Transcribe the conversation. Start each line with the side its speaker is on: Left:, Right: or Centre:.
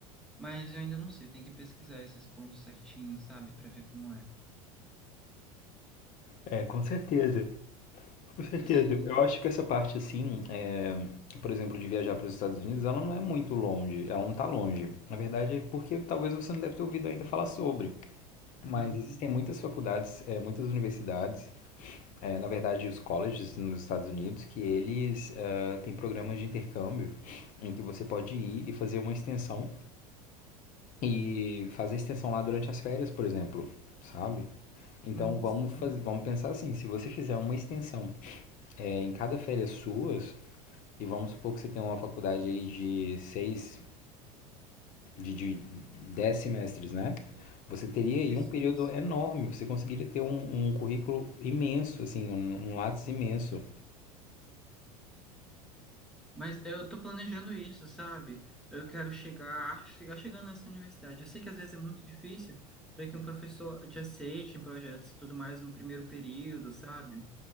Centre: mas eu ainda não sei, eu tenho que pesquisar esses pontos certinhos, sabe, para ver como é.
Left: É, com certeza. Com certeza.
Centre: Sim,
Left: Eu acho que essa parte, assim, é, por exemplo, de viajar para os Estados Unidos, ela não é muito longe. Ela não está longe. Na verdade, é porque talvez você não deve ter ouvido ainda falar sobre. Mas
Centre: aham,
Left: existem muitas faculdades, é, muitas universidades, é, na verdade, os colleges nos Estados Unidos, que eles é, têm programas de intercâmbio em que você pode ir e fazer uma extensão e fazer a extensão lá durante as férias, por exemplo, sabe? Então
Centre: Sim,
Left: vamos
Centre: sim.
Left: fazer, vamos pensar assim, se você fizer uma extensão é, em cada férias suas, E vamos supor que você tem uma faculdade aí de seis, de, de dez semestres, né? Você teria
Centre: Isso,
Left: aí um período
Centre: isso.
Left: enorme, você conseguiria ter um, um currículo imenso, assim, um, um lápis imenso.
Centre: Mas eu tô planejando isso, sabe? Eu quero chegar, chegar chegando nessa universidade. Eu sei que às vezes é muito difícil para que um professor te aceite em projetos e tudo mais no primeiro período, sabe?